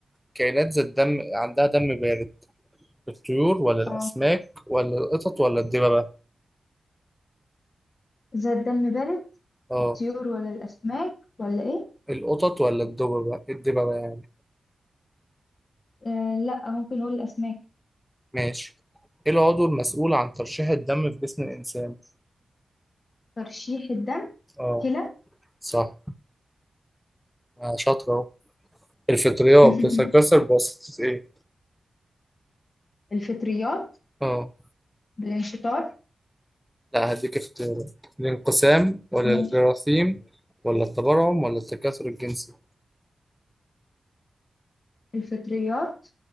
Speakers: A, in the centre; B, on the left.
A: كائنات ذات دم عندها دم بارد؟ الطيور ولا الأسماك
B: اه
A: ولا القطط ولا الدببة؟
B: إذا الدم بارد
A: اه
B: الطيور ولا الأسماك ولا إيه
A: القطط ولا الدببة؟ الدببة يعني
B: آه لا ممكن نقول الأسماك
A: ماشي إيه العضو المسؤول عن ترشيح الدم في جسم الإنسان؟
B: ترشيح الدم
A: اه
B: كلى
A: صح آه، شاطرة أهو الفطريات
B: <laughs>
A: بتتكسر بواسطة إيه؟
B: الفطريات
A: آه
B: بالانشطار
A: لا هديك اختيارات الانقسام ولا
B: ماشي
A: الجراثيم ولا التبرعم ولا التكاثر الجنسي
B: الفطريات